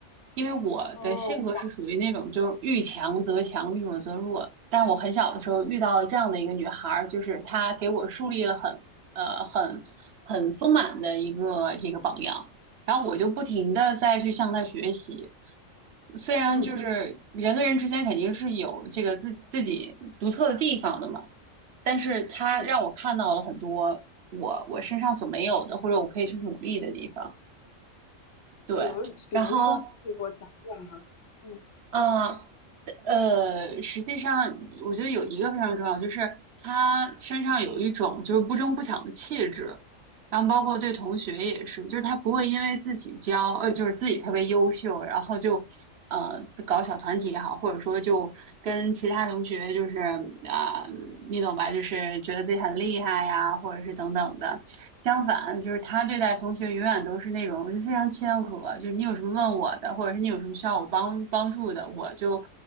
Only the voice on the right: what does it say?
因为我的性格是属于那种就是遇强则强，
遇弱则弱。但我很小的时候遇到了这样的一个女孩儿，就是她给我树立了很呃很很丰满的一个这个榜样，然后我就不停的再去向她学习。虽然就是人跟人之间肯定是有这个自自己独特的地方的嘛，
但是她让我看到了很多我我身上所没有的，
或者我可以去努力的地方。对，
然后。
嗯，呃，实际上我觉得有一个非常重要，就是他身上有一种就是不争不抢的气质，然后包括对同学也是，就是他不会因为自己骄，呃，就是自己特别优秀，然后就呃搞小团体也好，或者说就跟其他同学就是啊、你懂吧，就是觉得自己很厉害呀，或者是等等的。相反，就是他对待同学永远都是那种就非常谦和，就是你有什么问我的，或者是你有什么需要我帮帮助的，我就